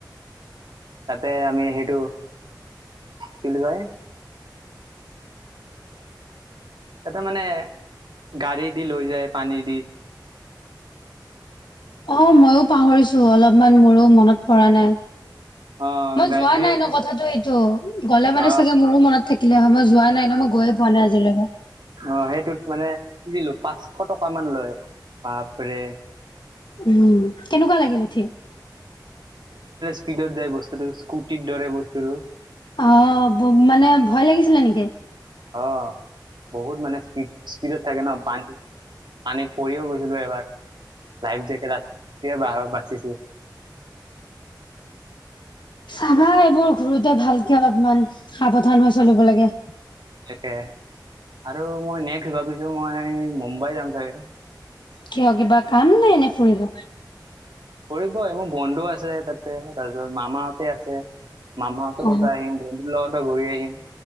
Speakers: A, on the right (about 75°); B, on the left (about 85°).
A: তাতে আমি সেইটো কেল গাই এটা মানে গাড়ী দি লৈ যায় পানী দি
B: অ মইো পাহৰিছো অলপমান মোৰো মনত পৰা নাই
A: <unintelligible>
B: মই
A: গাড়ী
B: যোৱা
A: সেই-
B: নাই ন কথাাতটো এইটো গ'লে মানে
A: অ
B: চাগে মোৰো মনত থাকিলে হয় মই যোৱা নাই ন মই গৈ পোৱা নাই আজিলৈকে
A: অ সেইটোত মানে সজিলো পাঁচশ টকাামান লয় তাপৰে
B: উম কেনেকুৱা লাগিল উঠি
A: স্পিডত যাই বসুো স্কটিৰ দৰে বস্তুটো
B: অ মানে ভয় লাগিছিলে নেকি
A: অ বহুত মানে স্পীড স্পীডত থাকে ন পানী পানীত পৰিও গৈছিলো এবাৰ লাইফ জেকট আ বাচিছিলো
B: চাবা এইবোৰ ঘুৰোতে ভালকে অলপমান সাৱধান হৈ চলিব লাগে
A: তাকে আৰু মই নেক্স ভাবিছো মই মুম্বাই যাম চাগে
B: কিয় কিবা কাম নাই এনে ফুৰিব
A: কৰিব মোৰ বন্ধু আছে তাতে তাৰপিছত মামাহতে আছে মামাহঁতৰ
B: অ
A: কথা আহিম বন্ধুৰ লগতে ঘূৰি আহিম